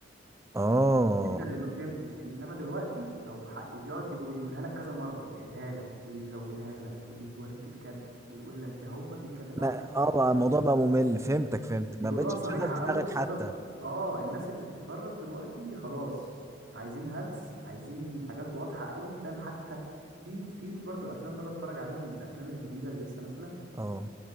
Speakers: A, on the right; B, on the right.
A: اه
B: انت اللي ما فهمتش انما دلوقتي لو حق بيقعد يقول- يقولها لك كذا مره يعيدها لك ويزودها لك ويوريك الكادر ويقول لك ده هم بيتكلموا
A: ما
B: عن كذا
A: اه
B: كذا
A: بقى
B: كذا
A: الموضوع
B: كذا
A: بقى ممل فهمتك فهمتك
B: بيقولوها
A: ما بقتش
B: صريحه
A: تشغل دماغك
B: قوي بسبب
A: حتى
B: اه الناس اللي بتتفرج دلوقتي خلاص عايزين هلس عايزين حاجات واضحه قوي فاهم حتى في في برضو افلام باجي اتفرج عليها من الافلام الجديده اللي لسه نازله
A: اه